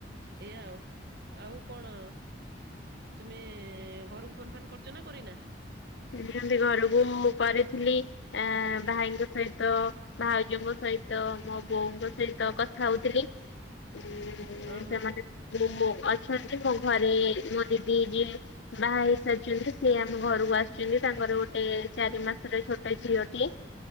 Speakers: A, on the right; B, on the left.
A: ଏୟା ଆଉ। ଆଉ କଣ? ତୁମେ ଘରକୁ ଫୋନ୍ ଫାନ୍ କରୁଛ ନା କରିନା?
B: ଏମତି ଘରକୁ ମୁଁ କରିଥିଲି ଆ ଭାଇଙ୍କ ସହିତ ଭାଉଜଙ୍କ ସହିତ ସହିତ ମୋ ବୋଉଙ୍କ ସହିତ କଥା ହଉଥିଲି। ହ
A: ଓହୋ
B: ସେମାନେ ମୋମୋ ଅଲ୍ ମୋ ଘରେ ମୋ ଦିଦି ଯିଏ ବାହା ହେଇସାରିଛନ୍ତି। ସିଏ ଆମ ଘରକୁ ଆସି ତାଙ୍କର ଗୋଟେ ଚାରି ମାସର ଛୋଟ ଝିଅଟେ